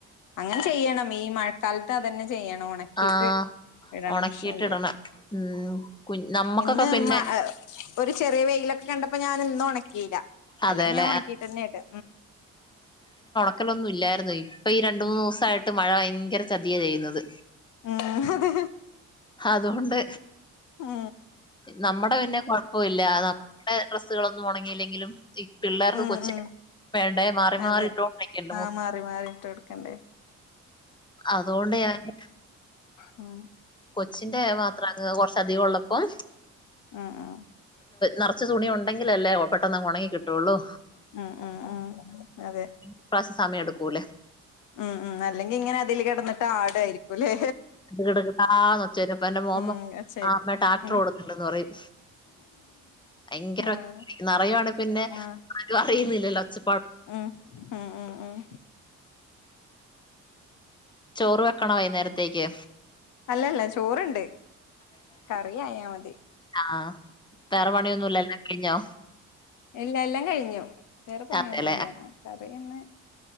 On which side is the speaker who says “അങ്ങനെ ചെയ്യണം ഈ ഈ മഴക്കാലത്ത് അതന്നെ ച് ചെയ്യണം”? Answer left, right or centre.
Left